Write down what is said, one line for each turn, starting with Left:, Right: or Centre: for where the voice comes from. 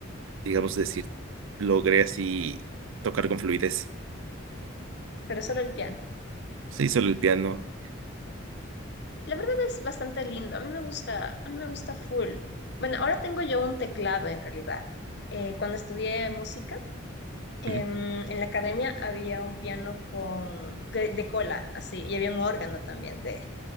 Right: digamos decir, logré así tocar con fluidez.
Left: Pero solo el piano.
Right: Sí, solo el piano.
Left: La verdad es bastante lindo. A mí me gusta, a mí me gusta full. Bueno, ahora tengo yo un teclado en realidad. Eh, cuando estudié música, em,
Right: Ujú.
Left: en la academia había un piano con, de, de cola, así, y había un órgano también de...